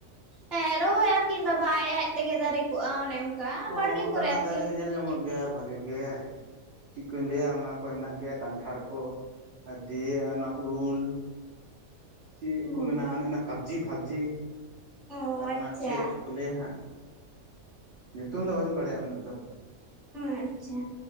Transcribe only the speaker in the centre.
ᱦᱮᱸ ᱨᱚᱦᱚᱭ ᱟᱹᱠᱤᱱ ᱵᱟ ᱵᱟ ᱟᱡ ᱟᱡ ᱛᱮᱜᱮ ᱫᱟᱨᱮ ᱠᱚᱜ-ᱟ ᱚᱱᱮ ᱚᱱᱠᱟ
ᱵᱟᱲᱜᱮ
ᱠᱚᱨᱮ ᱟᱨᱠᱤ
<inaudible>
ᱦᱩᱸ
ᱚ
ᱟᱪᱪᱷᱟ
ᱟᱪᱪᱷᱟ